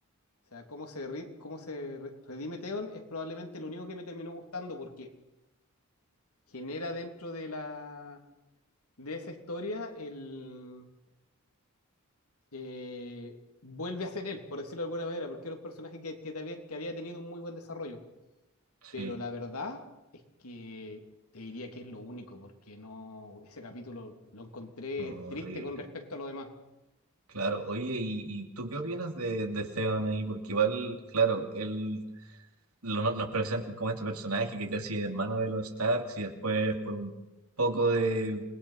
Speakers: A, on the left; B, on the right.
A: O sea, cómo se, re- cómo se re- redime Theon es probablemente lo único que me terminó gustando porque genera dentro de la de esa historia el eh, vuelve a ser él, por decirlo de alguna manera, porque era un personaje que, que te había, que había tenido un muy buen desarrollo.
B: sí,
A: Pero la verdad es que te diría que es lo único, porque no, ese capítulo lo encontré
B: no,
A: triste
B: horrible.
A: con respecto a lo demás.
B: Claro, oye, ¿y, y tú qué opinas de, de Theon ahí? Porque igual, claro, él lo- no, nos presentan como este personaje que casi es hermano de los Starks y después por un poco de,